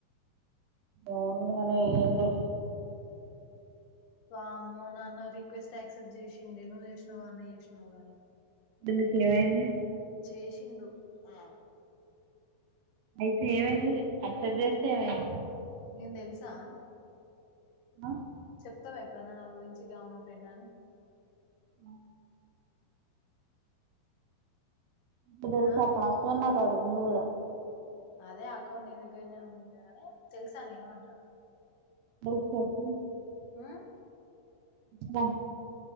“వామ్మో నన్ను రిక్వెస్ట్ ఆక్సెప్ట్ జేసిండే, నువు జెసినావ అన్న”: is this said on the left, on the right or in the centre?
Left